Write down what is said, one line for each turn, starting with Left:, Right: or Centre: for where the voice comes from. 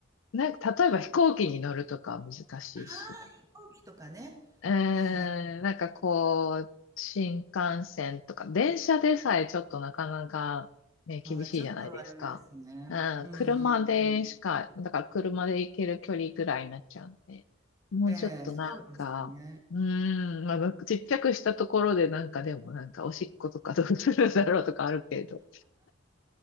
Left: なんか、例えば飛行機に乗るとかは難しいし、
Right: ああ、飛行機とかね。
Left: うーん、
Right: はいはい。
Left: なんかこう、新幹線とか、電車でさえちょっとなかなかね、厳しいじゃないですか。
Right: ああ、ちょっとあれですね。
Left: うん、
Right: うんうんうん。
Left: 車でしか、だから車で行ける距離ぐらいになっちゃうんで、もうちょっとなんか、
Right: ええ、そうですね。
Left: うーん、まあ、ちっちゃくしたところでなんかでもなんかおしっことかどうするんだろうとかあるけど。